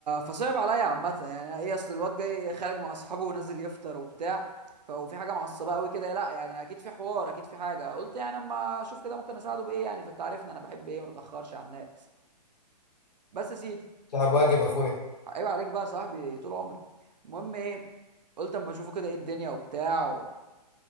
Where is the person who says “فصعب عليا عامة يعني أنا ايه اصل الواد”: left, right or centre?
Right